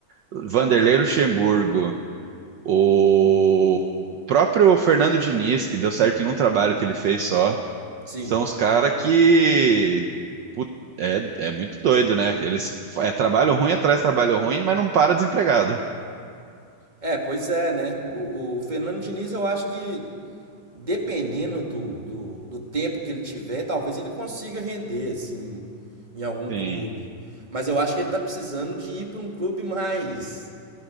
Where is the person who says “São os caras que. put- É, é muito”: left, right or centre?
Right